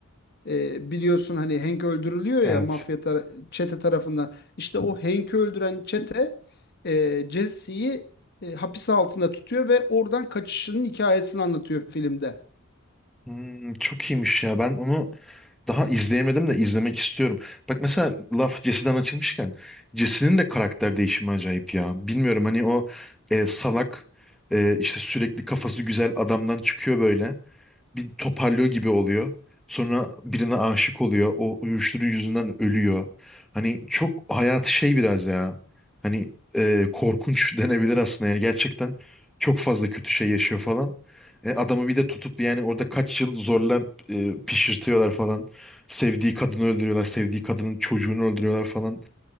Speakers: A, on the left; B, in the centre.
A: e, biliyorsun hani Hank öldürülüyor
B: Evet.
A: ya mafya tar- çete tarafından. İşte o Hank'i öldüren çete e, Jesse'yi e, hapis altında tutuyor ve oradan kaçışının hikayesini anlatıyor filmde.
B: Hmm, çok iyiymiş
A: Evet
B: ya. Ben onu daha izleyemedim de izlemek istiyorum. Bak mesela laf Jesse'den açılmışken Jesse'nin de karakter değişimi acayip ya. Bilmiyorum hani o e, salak e, işte sürekli kafası güzel adamdan çıkıyor böyle bir toparlıyor gibi oluyor. Sonra birine aşık oluyor. O uyuşturucu yüzünden ölüyor. Hani çok hayatı şey biraz ya. Hani e, korkunç <laughs> denebilir aslında. Yani gerçekten çok fazla kötü şey yaşıyor falan. E, adamı bir de tutup yani orada kaç yıl zorla e, pişirtiyorlar falan. Sevdiği kadını öldürüyorlar. Sevdiği kadının çocuğunu öldürüyorlar falan.